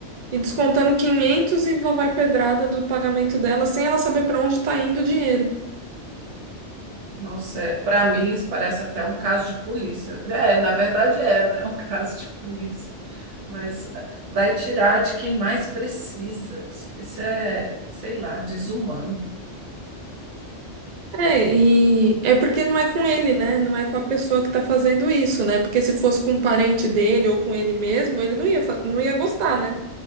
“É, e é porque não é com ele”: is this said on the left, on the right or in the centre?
Right